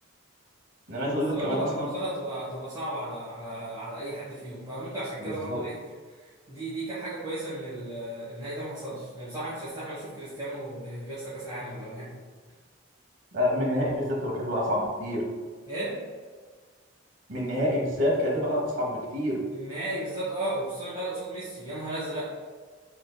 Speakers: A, on the right; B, on the right.
A: انا عايز اقول
B: بس
A: لك
B: برضه
A: كمان
B: كانت
A: اصلا
B: الفصال هتبقى هتبقى صعبة على على على أي حد فيهم فممكن عشان
A: بالظبط
B: كده برضه إيه دي دي كانت حاجة كويسة إن ال- النهائي ده ما حصلش يعني بصراحة مش هستحمل أشوف كريستيانو بي- بيخسر كأس العالم بأمانة
A: لا، من النهائي بالذات تبقى كانت هتبقى اصعب بكتير
B: إيه
A: من النهائي بالذات كانت هتبقى اصعب بكتير
B: النهائي بالذات أه وخصوصا بقى اللي قصاد ميسي يا نهار أزرق